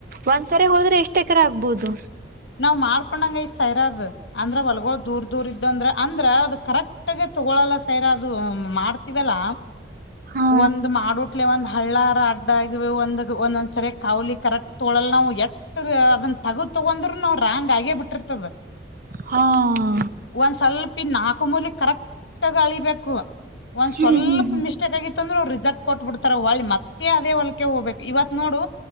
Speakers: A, on the right; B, on the left.
A: ಒಂದ್ಸರಿ ಹೋದ್ರೆ ಎಷ್ಟ ಎಕರ ಆಗ್ಬಹುದು.
B: ನಾವ್ ಮಾಡ್ಕೊಂಡಂಗ ಸೈರದು ಅಂದ್ರೆ ಹೊಲ್ಗ ದೂರ್. ದೂರ ಇದ್ದಂದ್ರ ಅಂದ್ರ ಅದು ಕರೆಕ್ಟ್ಗ ತಗೊಳಲ್ಲ ಸೈರಾಜು ಅದು ಮಾಡ್ತಿವಲ್ಲ.
A: ಹಾ
B: ಒಂದ್ ಮಾಡೋಟ್ಲೆ ಒಂದ್. ಹಳ್ಳಾರ ಅಡ್ಡ ಆಗ ಒಂದ ಒಂದೊಂದ್ಸರಿ ಕಾವಲಿ ಕರೆಕ್ಟ್ ತೊಳಲ್ ನಾವು ಎಟ್ಟ ಅದ. ತಗೋದ್ ತಗೊಂಡ್ರರುನು ರಾಂಗ್ ಆಗೇ ಬಿಟ್ಟಿರ್ತದ.
A: ಹಾ
B: ಒಂದ್ ಸ್ವಲ್ಪ ಇನ್ ನಾಲ್ಕು ಮೂಲಿ ಕರೆಕ್ಟ್ಗ ಗಾಳಬೇಕು ಒಂದ್
A: ಹ್ಮ್
B: ಸ್ವಲ್ಪ
A: ಹ್ಮ್ ಹ್ಮ್
B: ಮಿಸ್ಟೇಕ್ ಆಗಿತ್ತು. ಅಂದ್ರ ಅವ್ ರಿಸಲ್ಟ್ ಕೊಟ್ಬಿಡ್ತಾರ ಒಳ್ಳಿ ಮತ್ತೆ ಅದೇ ಹೊಲಕೆ ಹೋಗಬೇಕು ಇವತ್ ನೋಡು.